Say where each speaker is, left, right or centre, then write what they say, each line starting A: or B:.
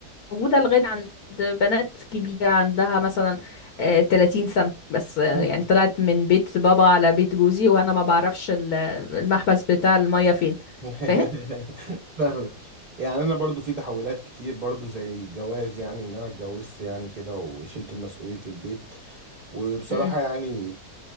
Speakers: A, on the left; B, on the right.
A: موجودة لغاية عند بنات كبيرة عندها مثلا آه، 30 سنة بس آه، يعني
B: دي
A: طلعت من بيت بابا على بيت جوزي وانا ما بعرفش ال- المحبس بتاع المية فين
B: <laughs>
A: فاهم؟
B: فاهم يعني انا برضو في تحولات كتير برضو زي الجواز يعني ان انا اتجوزت يعني كده وشلت مسؤولية البيت وبصراحة
A: <laughs>
B: يعني